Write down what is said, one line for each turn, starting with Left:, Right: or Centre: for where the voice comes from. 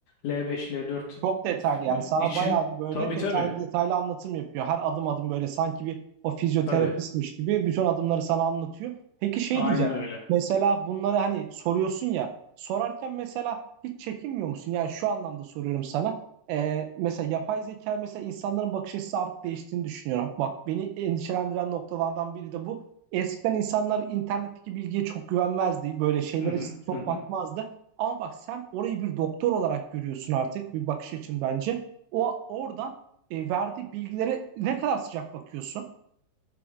Left: l beş l dört
Right: Çok detaylı yani sana
Left: için
Right: bayağı bir böyle
Left: tabii
Right: detaylı
Left: tabii
Right: detaylı anlatım yapıyor. Her adım adım böyle sanki bir o fizyoterapistmiş
Left: tabii
Right: gibi bütün adımları sana anlatıyor. Peki şey
Left: aynen
Right: diyeceğim.
Left: öyle.
Right: Mesela bunları hani soruyorsun ya sorarken mesela hiç çekinmiyor musun? Yani şu anlamda soruyorum sana. Ee, mesela yapay zeka mesela insanların bakış açısı artık değiştiğini düşünüyorum. Bak beni endişelendiren noktalardan biri de bu. Eskiden insanlar internetteki bilgiye çok güvenmezdi. Böyle şeylere
Left: Hı hı,
Right: çok
Left: hı hı.
Right: bakmazdı. Ama bak sen orayı bir doktor olarak görüyorsun artık bir bakış açın bence. O oradan e, verdiği bilgilere ne kadar sıcak bakıyorsun.